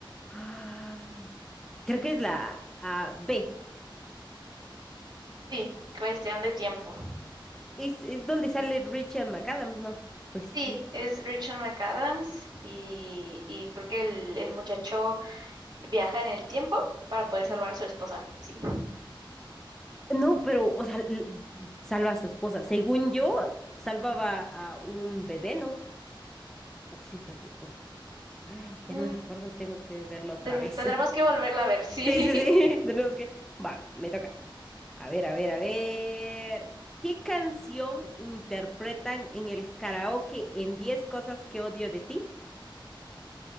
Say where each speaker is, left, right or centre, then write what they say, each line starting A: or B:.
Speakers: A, in the centre; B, on the right.
A: Ah, creo que es la ah, B.
B: Sí, cuestión de tiempo.
A: Es, es donde sale Rachel McAdams, ¿no? Pues
B: Sí,
A: tiene.
B: es Richard McAdams y, y creo que el, el muchacho Viaja en el tiempo para
A: sí,
B: poder salvar
A: sí, sí.
B: a su esposa, sí.
A: No, pero, o sea, l- salva a su esposa. Según yo, salvaba a un bebé, ¿no? O sí, es a su esposa. Ya
B: Mm,
A: no me recuerdo, tengo que verlo otra
B: ten-
A: vez.
B: tendremos
A: <laughs>
B: que volverla a ver, sí.
A: Sí,
B: <laughs>
A: sí, sí, <laughs> tenemos que... Va, me toca. A ver, a ver, a ver. ¿Qué canción interpretan en el karaoke en 10 cosas que odio de ti?